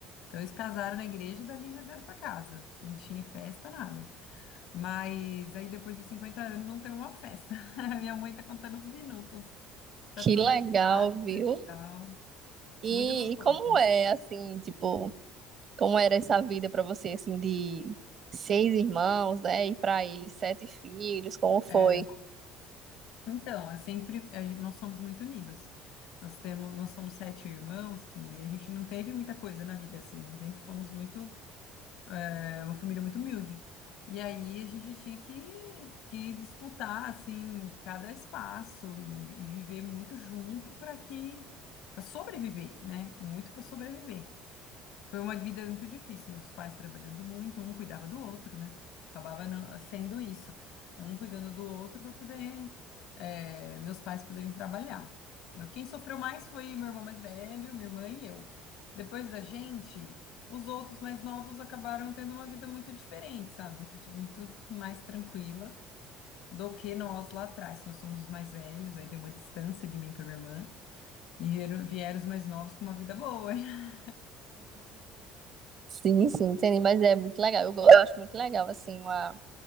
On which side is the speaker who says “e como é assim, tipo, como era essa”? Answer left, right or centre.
Right